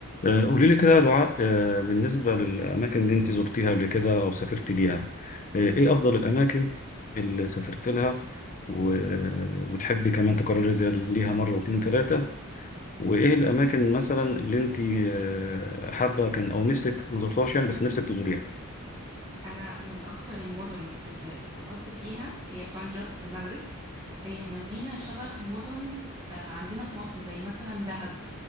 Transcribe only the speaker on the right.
أنا من أكتر المدن اللي اتبسطت فيها هي طنجة في المغرب هي مدينة شبه مدن آه، عندنا في مصر زي مثلا دهب